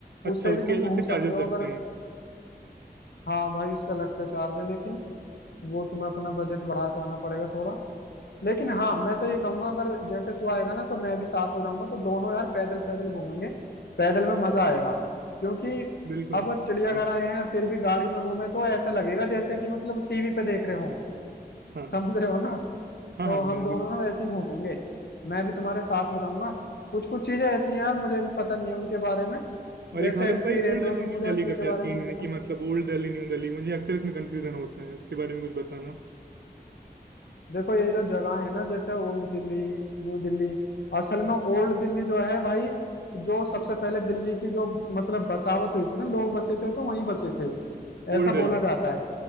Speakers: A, on the right; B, on the left.
A: अच्छा
B: उससे
A: उसके
B: भी तुम
A: अलग
B: घूम
A: से
B: सकते
A: चार्जेस
B: हो
A: लगते
B: अगर
A: हैं
B: हाँ भाई उसका अलग से चार्ज है लेकिन वो तुम्हें अपना बजट बढ़ा के आना पड़ेगा थोड़ा लेकिन हाँ मैं तो ये कहूंगा अगर जैसे तू आएगा ना तो मैं भी साथ हो जाऊंगा तो दोनों यार पैदल पैदल घूमेंगे पैदल में मजा आएगा क्योंकि
A: बिल्कुल
B: अब चिड़ियाघर
A: हाँ
B: आए हैं और फिर भी गाड़ी में घूमे तो ऐसा लगेगा जैसे कि मतलब टीवी पे देख रहे हो
A: हाँ
B: समझ रहे हो ना।
A: हाँ
B: तो
A: हाँ
B: हम
A: मैं
B: दोनों
A: बिल्कुल
B: ना वैसे ही घूमेंगे मैं भी तुम्हारे साथ हो जाऊंगा कुछ कुछ चीजें ऐसी हैं यार मुझे भी पता नहीं है उनके बारे में
A: और
B: जैसे
A: ये खालिद
B: एमपी
A: भाई
B: रहते
A: ओल्ड दिल्ली
B: हो तो मुझे
A: न्यू दिल्ली
B: एमपी
A: का
B: के
A: क्या
B: बारे
A: सीन
B: में नहीं पता
A: है कि मतलब ओल्ड दिल्ली न्यू दिल्ली मुझे अक्सर इसमें कंफ्यूजन होता है इसके बारे में कुछ बताना
B: देखो ये जो जगह है ना जैसे ओल्ड दिल्ली न्यू दिल्ली असल में ओल्ड दिल्ली जो है भाई जो सबसे पहले दिल्ली की जो मतलब बसावट हुई थी ना लोग बसे थे तो वहीं बसे थे ऐसा
A: ओल्ड दिल्ली
B: बोला जाता है